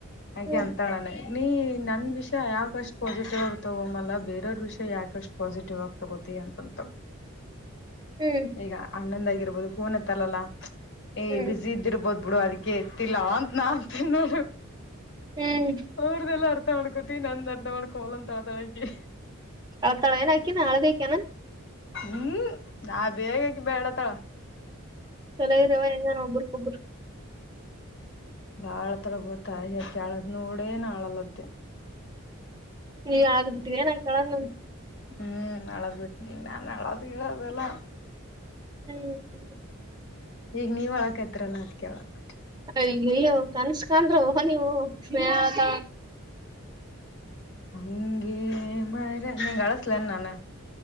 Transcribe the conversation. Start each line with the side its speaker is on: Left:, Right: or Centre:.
Left: ಹಾಗೆ
Right: ಹ್ಮ್
Left: ಅಂತಳಾನ ನೀ ನನ್ ವಿಷಯ ಯಾಕಷ್ಟು ಪಾಸಿಟಿವ್ ಆಗ್ತವ ಅಲ್ಲ ಬೇರವ್ರ ವಿಷಯ ಯಾಕಷ್ಟ ಪಾಸಿಟಿವ್ ಆಗ್ತದೆ ತಗೋತಯ ಅಂತಂತ
Right: ಹ್ಮ್
Left: ಈಗ ಅಣ್ಣಂದಗಿರಬಹುದು ಫೋನ್ ಎತ್ತಲ್ಲಲ್ಲಾ ಏ
Right: ಹ್ಮ್
Left: ಬಸ ಿರ್ಬೋದ್ ಬಿಡು ಅದಕ್ಕೆ ಎತ್ತಿಲ್ಲ ಅಂತ ನ ಅಂತ ನೋ
Right: ಹ್ಮ್
Left: ಅವ್ರ್ದಲ್ಲ ಅರ್ಥ ಮಾಡ್ಕೋತಿ ನಂದ್ ಅರ್ಥ ಮಾಡ್ಕೊಲ ಅಂತಳಗೆ
Right: ಕಳತಳಏ ಹಾಕಿನಾ ಹಳದಕ್ಯನನ್
Left: ಹ್ಮ್ ನಾ ಬೇಗಕ್ಕೆ ಬೇಡತ್ತಳ
Right: ಚಲ ಇರ ಹೆಂಗ ಒಬ್ಬ್ರಕ್ೊಬ್ಬರು
Left: ಬಾಳ್ ತಲ ಬೋತ ಯಾಕಳದ್ ನೋಡೇನ್ ಆಳಲದ್ದೆ
Right: ನೀ್ ಬಿಟ್ಟ್ರ ನಾ ಕಳ ನೋ
Left: ಹ್ಮ್ ಅಳದ್ ಬಿಟ್ಟನ ನಾನ್ ಅಳದ್ ಗಿಡ ಅದೆಲ್ಲ
Right: ಹ್ಮ್
Left: ಈಗ ನೀವ ಅಳಕಐತ್ರರಲ್ಲ ಅದ್ಕ್ಕೆ ಅಳಗ್
Right: ಅಯ ಅಯ್ಯೋ ಕನ್ಸ್ಕಂದ್ರ ನೀವು ಸ್ನೇಹ
Left: ಹಂಗೇ ಮರ ನೀ ಕಳಸಲ ನಾನು